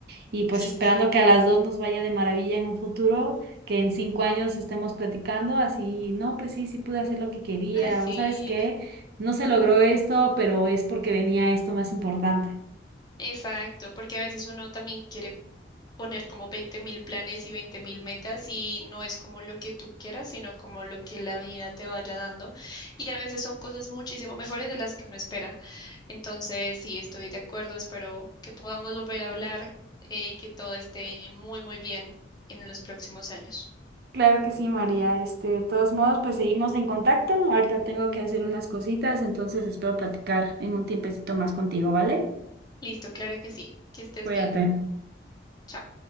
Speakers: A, on the right; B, on the left.
A: y pues
B: sí,
A: esperando
B: sí, sí.
A: que a las dos nos vaya de maravilla en un futuro que en cinco años estemos platicando así, no, pues sí, sí pude hacer lo que quería,
B: Así.
A: o sabes qué, no se logró esto, pero es porque venía esto más importante.
B: Exacto, porque a veces uno también quiere poner como 20 mil planes y 20 mil metas y no es como lo que tú quieras, sino como lo que la vida te vaya dando. Y a veces son cosas muchísimo mejores de las que uno espera. Entonces, sí, estoy de acuerdo, espero que podamos volver a hablar eh, y que todo esté muy, muy bien en los próximos años.
A: Claro que sí, María. Este, de todos modos, pues seguimos en contacto. Ahorita tengo que hacer unas cositas, entonces espero platicar en un tiempecito más contigo, ¿vale?
B: Listo, claro que sí, que estés
A: Cuídate.
B: bien. Chao.